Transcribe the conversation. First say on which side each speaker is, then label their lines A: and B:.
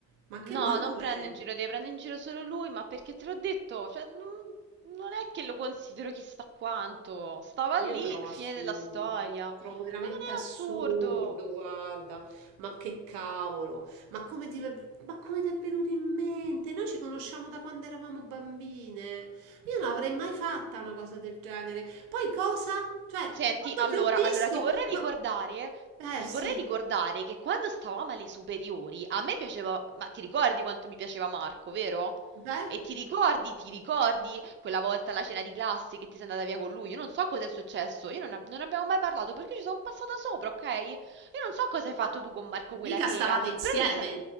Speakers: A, on the right; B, on the right.
A: Ma che
B: No,
A: modo
B: non prendo
A: è?
B: in giro te, prendo in giro solo lui, ma perché te l'ho detto, cioè, non, non è che lo considero chissà quanto. Stava
A: Io
B: lì,
A: trovo
B: fine
A: assurdo,
B: della storia. Ma
A: trovo veramente
B: non
A: assurdo,
B: è assurdo.
A: guarda, ma che cavolo, ma come ti, è- ma come ti è venuto in mente? Noi ci conosciamo da quando eravamo bambine, io non avrei mai fatta una cosa del genere. Poi cosa? Cioè,
B: Senti,
A: quando
B: allora,
A: ti ho visto,
B: allora ti vorrei
A: ma...
B: ricordare, ti
A: Eh sì,
B: vorrei ricordare che quando stavamo alle superiori, a me piaceva, ma ti ricordi quanto mi piaceva Marco, vero?
A: beh,
B: E ti ricordi, ti ricordi quella volta alla cena di classe che ti sei andata via con lui? Io non so cosa è successo, io non, ab- non abbiamo mai parlato perché ci sono passata sopra, ok? Io non so cosa hai fatto
A: ma
B: tu con Marco quella
A: mica
B: sera,
A: stavate insieme,
B: però te ne sei and-